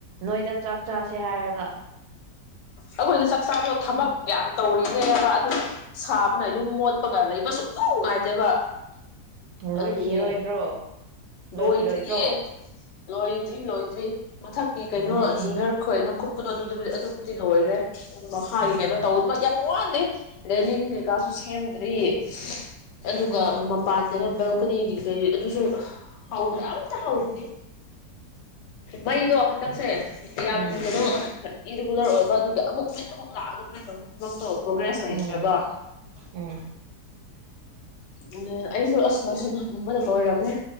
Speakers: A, on the right (about 70°); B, on the left (about 80°).
A: ꯅꯣꯏꯗ ꯆꯥꯛ ꯆꯥꯁꯦ ꯍꯥꯏꯔꯒ
B: ꯑꯩꯈꯣꯏꯗ ꯆꯥꯛ ꯆꯥꯕꯗꯣ ꯊꯕꯛ ꯌꯥꯝ ꯇꯧꯔꯤꯅꯦꯕ ꯑꯗꯨꯝ ꯁꯥꯕꯅ ꯌꯨꯝ ꯃꯣꯠꯄꯒ ꯂꯩꯕꯁꯨꯛ ꯅꯨꯡ ꯅꯨꯡꯉꯥꯏꯇꯦꯕ
A: ꯂꯣꯏꯈꯤꯔꯣꯏꯗ꯭ꯔꯣ
B: ꯑꯗꯨꯒꯤꯅꯦ
A: ꯂꯣꯏꯈꯤꯔꯣꯏꯗ꯭ꯔꯣ
B: ꯂꯣꯏꯗ꯭ꯔꯤꯌꯦ ꯂꯣꯏꯗ꯭ꯔꯤ ꯂꯣꯏꯗ꯭ꯔꯤ ꯃꯊꯛꯀꯤ ꯀꯩꯅꯣ
A: ꯂꯩ
B: ꯖꯤꯡꯒꯔ ꯈꯣꯢꯅꯥ ꯈꯨꯞ ꯀꯣꯗꯣ ꯑꯗꯨ ꯑꯗꯨꯕꯨꯗꯤ ꯂꯣꯏꯔꯦ ꯎꯝ ꯃꯈꯥꯒꯤ
A: ꯎꯝ
B: ꯀꯩꯅꯣ ꯇꯧꯒꯗꯕ ꯌꯥꯝ ꯋꯥꯠꯂꯤ ꯔꯦꯂꯤꯡ ꯀꯩꯀꯥꯁꯨ ꯁꯦꯝꯗ꯭ꯔꯤ ꯑꯗꯨꯒ ꯃꯄꯥꯟꯗꯅ ꯕꯦꯜꯀꯣꯅꯤꯒꯤ ꯀꯩ ꯑꯗꯨꯁꯨ ꯍꯧꯗ꯭ꯔꯤ ꯑꯝꯇ ꯍꯧꯗ꯭ꯔꯤ ꯃꯩꯗꯣ ꯍꯟꯗꯛꯁꯦ ꯌꯥꯝ
A: ꯎꯝ
B: ꯀꯩꯅꯣ ꯏꯔꯤꯒꯨꯂꯔ ꯑꯣꯏ ꯑꯗꯨꯒꯤ ꯑꯃꯨꯛ ꯃꯨꯠ ꯑꯃꯨꯛ ꯂꯥꯛ ꯑꯗꯨꯃꯥꯏꯅ ꯇꯧ ꯎꯝ ꯊꯕꯛꯇꯣ ꯄ꯭ꯔꯣꯒ꯭ꯔꯦꯁ ꯂꯩꯇ꯭ꯔꯕ
A: ꯎꯝ ꯎꯝ
B: ꯕꯡꯅꯦ ꯑꯩꯁꯨ ꯑꯁ ꯂꯣꯢꯁꯤꯟ ꯍꯟꯅꯤꯡꯕꯅ ꯂꯣꯏꯔꯕꯅꯦ